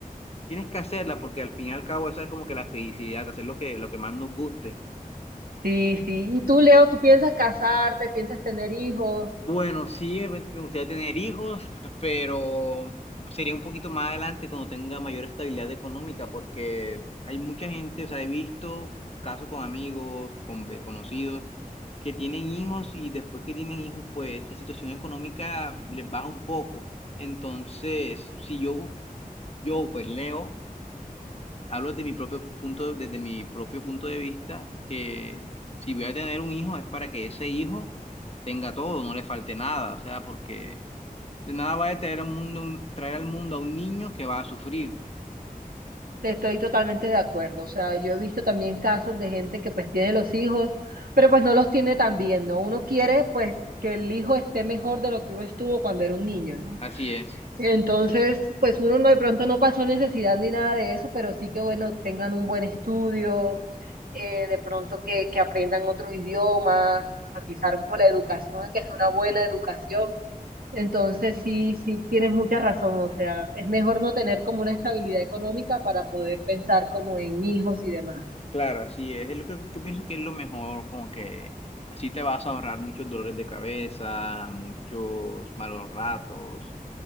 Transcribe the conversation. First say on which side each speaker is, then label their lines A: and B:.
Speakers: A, on the left (about 45°); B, on the right (about 75°).
A: tienes que hacerla porque al fin y al cabo esa es como que la felicidad, hacer lo que, lo que más nos guste.
B: Sí, sí. Y tú, Leo, tú piensas casarte, piensas tener hijos.
A: Bueno, sí, ev- me gustaría tener hijos, pero sería un poquito más adelante cuando tenga mayor estabilidad económica, porque hay mucha gente, o sea, he visto casos con amigos, con ve- conocidos, que tienen hijos y después que tienen hijos, pues la situación económica les baja un poco. Entonces, si yo, yo pues Leo, hablo desde mi propio punto, desde mi propio punto de vista, que si voy a tener un hijo es para que ese hijo tenga todo, no le falte nada, o sea, porque de nada va a traer al mundo, un- traer al mundo a un niño que va a sufrir.
B: Te Estoy totalmente de acuerdo. O sea, yo he visto también casos de gente que pues tiene los hijos, pero pues no los tiene tan bien, ¿no? Uno quiere pues que el hijo esté mejor de lo que uno estuvo cuando era un niño, ¿no?
A: Así es,
B: Entonces, pues uno no, de pronto no pasó necesidad ni nada de eso, pero sí que bueno, tengan un buen estudio, eh, de pronto que, que aprendan otros idiomas, enfatizar como la educación, que sea una buena educación Entonces, sí, sí, tienes mucha razón. O sea, es mejor no tener como una estabilidad económica para poder pensar como en hijos y demás.
A: claro, así es. Es lo que, que pienso que es lo mejor, como que así te vas a ahorrar muchos dolores de cabeza, muchos malos ratos.